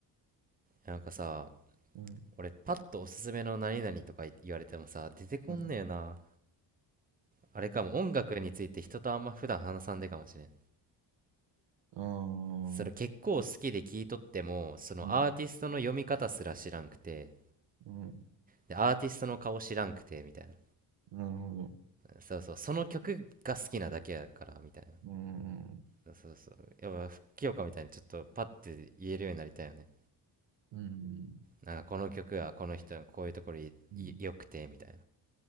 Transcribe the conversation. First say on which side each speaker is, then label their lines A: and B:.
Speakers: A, on the right; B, on the right.
A: なんかさ、
B: うん、
A: 俺パッとおすすめの何々とか言われてもさ出てこんねえな
B: うん。
A: あれかも音楽について人とあんま普段話さんでかもしれん
B: ああ、
A: それ結構好きで聞いとってもそのアーティストの読み方すら知らんくて
B: うん、うん、
A: でアーティストの顔知らんくてみたいな
B: なるほど。
A: そうそうその曲が好きなだけやからみたい
B: うん、
A: なそうそうそうやっぱ清香みたいにちょっとパッて言えるようになりたいよね
B: うん、
A: なんかこの曲はこの人のこういうところいい良くてみたい
B: うん。